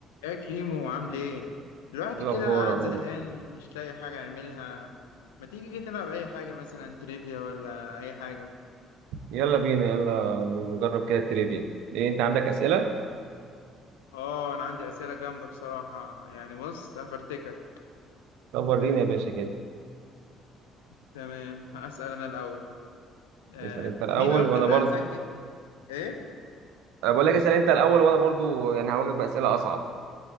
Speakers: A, on the left; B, on the right.
A: يا كيمو عامل ايه؟ الواحد
B: إيه
A: كده
B: الأخبار
A: قاعد
B: عامل
A: زهقان
B: إيه؟
A: مش لاقي حاجة يعملها ما تيجي كده نلعب أي حاجة مثلا تريفيا ولا أي حاجة
B: يلا بينا يلا نجرب كده التريفيا إيه أنت عندك أسئلة؟
A: اه أنا عندي أسئلة جامدة بصراحة يعني بص هفرتكك
B: طب وريني يا باشا كده
A: تمام هسأل أنا الأول آه
B: اسأل أنت الأول
A: مين أكتر
B: وأنا
A: لاعب
B: برضو
A: سجل ايه؟
B: أنا بقول لك اسأل أنت الأول وأنا برضو يعني هواجهك بأسئلة أصعب